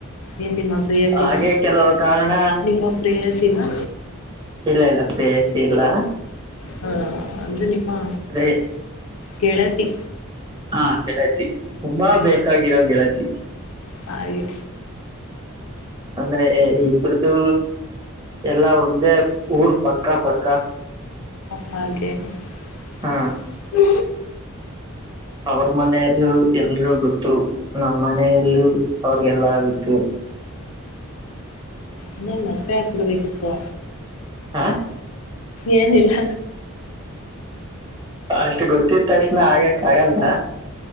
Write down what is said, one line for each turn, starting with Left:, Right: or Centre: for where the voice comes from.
Left: ಏನ್ ನಿಮ್ಮ ಪ್ರೇಯಸೀನಾ
Right: ಹಾಗೆ ಕೆಲವು ಕಾರಣ
Left: ನಿಮ್ಮ ಪ್ರೆಯಸೀನಾ.
Right: ಇಲ್ಲ ಇಲ್ಲ ಪ್ರೇಯಸಿ ಇಲ್ಲ.
Left: ಹಾ ಅಂದ್ರೆ ನಿಮ್ಮ.
Right: ಅಂದ್ರೆ
Left: ಗೆಳತಿ
Right: ಹಾ ಗೆಳತಿ ತುಂಬಾ ಬೇಕಾಗಿರೋ ಗೆಳತಿ.
Left: ಹಾಗೆ.
Right: ಅಂದ್ರೆ ಇಬ್ರ್ದು. ಎಲ್ಲಾ ಒಂದೇ ಊರ್ ಪಕ್ಕ ಪಕ್ಕ.
Left: ಹಾಗೆ ಹ್ಮ್.
Right: ಹಾ ಅವ್ರ ಮನೆಯಲ್ಲೂ ಎಲ್ರಿಗೂ ಗೊತ್ತು ನಮ್ಮ ಮನೆಯಲ್ಲೂ ಅವ್ರಿಗೆಲ್ಲ ಗೊತ್ತು. <inaudible>
Left: ಇನ್ನೆನ್ ಮದುವೆ ಆಗ್ ಬಿಡಬೇಕಿತ್ತು.
Right: ಹಾ
Left: ಏನಿಲ್ಲ.
Right: ಅಷ್ಟು ಗೊತ್ತಿದ್ ತಕ್ಷಣ ಆಗಕ್ ಆಗಲ್ಲ.